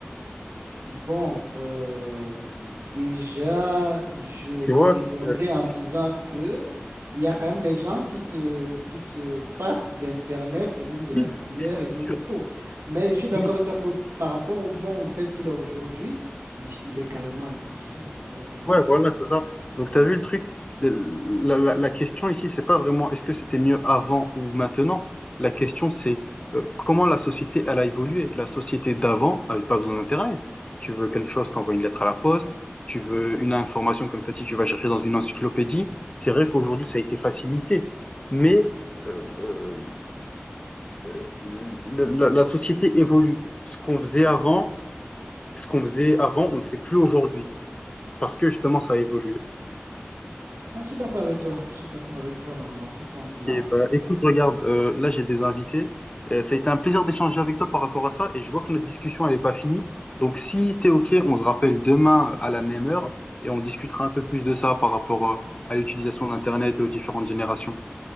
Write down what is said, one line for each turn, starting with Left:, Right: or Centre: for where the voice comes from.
Right: Bon, euh, déjà, je
Left: Tu vois,
Right: te répondrai
Left: c'est- c'est-
Right: en disant que il y a quand même des gens qui se, qui se passent d'Internet et même de la
Left: Oui,
Right: lumière
Left: oui, ça
Right: et même
Left: c'est sûr.
Right: de tout. Mais je suis d'accord
Left: Oui.
Right: avec toi que par rapport au monde tel qu'il est aujourd'hui, oui, il est carrément impossible de pouvoir vivre.
Left: Ouais, voilà, c'est ça. Donc,
Right: Voilà.
Left: tu as vu le truc, la, la- la- la question ici, c'est pas vraiment est-ce que c'était mieux avant ou maintenant. La question, c'est euh, comment la société, elle a évolué. La société d'avant avait pas besoin d'Internet. Tu veux quelque chose, t'envoies une lettre à la poste. Tu veux une information, comme t'as dit, tu vas chercher dans une encyclopédie. C'est vrai qu'aujourd'hui, ça a été facilité. Mais euh, euh, le- la, la société évolue. Ce qu'on faisait avant, ce qu'on faisait avant, on le fait plus aujourd'hui. Parce que justement, ça a évolué.
Right: Mais je suis d'accord avec toi. Je suis d'accord avec toi dans, dans ce sens-là.
Left: Et, euh, écoute, regarde, euh, là j'ai des invités. Euh, ça a été un plaisir d'échanger avec toi par rapport à ça et je vois que notre discussion elle n'est pas finie. Donc si t'es OK, on se rappelle demain à la même heure et on discutera un peu plus de ça par rapport euh, à l'utilisation d'Internet et aux différentes générations.